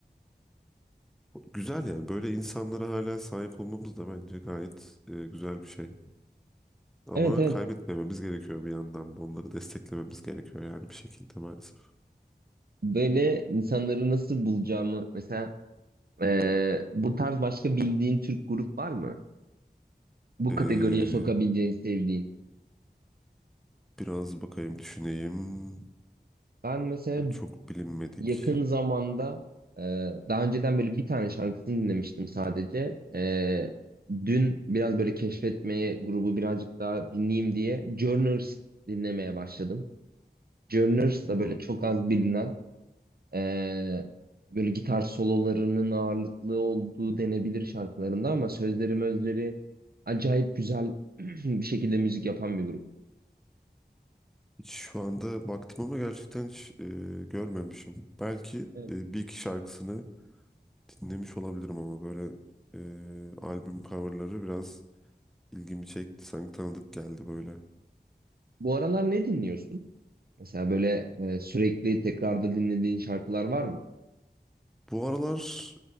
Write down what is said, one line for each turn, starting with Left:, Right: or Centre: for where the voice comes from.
Centre: E, güzel yani böyle insanlara hala sahip olmamız da bence gayet e, güzel bir şey. Ama
Right: Evet evet.
Centre: kaybetmememiz gerekiyor bir yandan da onları desteklememiz gerekiyor yani bir şekilde maalesef.
Right: Böyle insanları nasıl bulacağımı mesela eee, bu tarz başka bildiğin Türk grup var mı? Bu
Centre: E,
Right: kategoriye sokabileceğin sevdiğin.
Centre: biraz bakayım düşüneyim.
Right: Ben mesela
Centre: Çok bilinmedik.
Right: yakın zamanda e, daha önceden böyle bir tane şarkısını dinlemiştim sadece. E, dün biraz böyle keşfetmeye grubu birazcık daha dinleyeyim diye Journers dinlemeye başladım. Journers da
Centre: Hmm.
Right: böyle çok az bilinen e, böyle gitar sololarının ağırlıklı olduğu denebilir şarkılarında ama sözleri mözleri acayip güzel <clears throat> bir şekilde müzik yapan bir grup.
Centre: Hiç şu anda baktım ama gerçekten hiç e, görmemişim. Belki
Right: Evet.
Centre: e, bir iki şarkısını dinlemiş olabilirim ama böyle e, albüm coverları biraz ilgimi çekti. Sanki tanıdık geldi böyle.
Right: Bu aralar ne dinliyorsun? Mesela böyle e, sürekli tekrarda dinlediğin şarkılar var mı?
Centre: Bu aralar